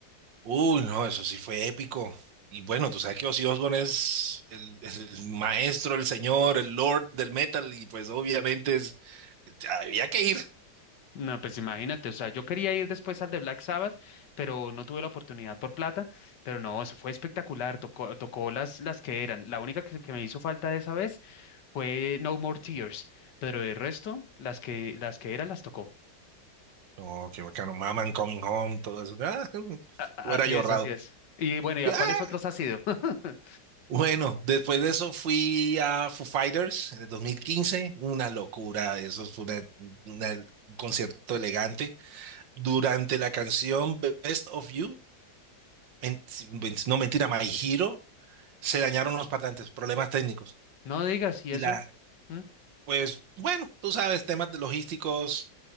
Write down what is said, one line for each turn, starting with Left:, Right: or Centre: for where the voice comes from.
Right: Uy, no, eso sí fue épico. Y bueno, tú sabes que Ozzy Osbourne es el, el maestro, el señor, el lord del metal, y pues obviamente es, había que ir.
Left: No, pues imagínate, o sea, yo quería ir después al de Black Sabbath, pero no tuve la oportunidad por plata, pero no, eso fue espectacular, tocó, tocó las, las que eran. La única que, que me hizo falta de esa vez fue No More Tears, pero el resto, las que, las que eran, las tocó.
Right: No, qué bacano, Maman Coming Home, todo eso. Ah, <laughs>
Left: Así
Right: hubiera yo
Left: es,
Right: ahorrado.
Left: así es. Y bueno, ¿y
Right: Yo,
Left: a cuáles
Right: ah.
Left: otros has ido? <laughs>
Right: Bueno, después de eso fui a Foo Fighters en el dos mil quince una locura, eso fue una- una- un concierto elegante. durante la canción Best of You, men- si- men- si no mentira, My Hero, se dañaron los parlantes, problemas técnicos.
Left: No digas, ¿y
Right: Y
Left: eso?
Right: la,
Left: ¿Mm?
Right: pues bueno, tú sabes, temas de logísticos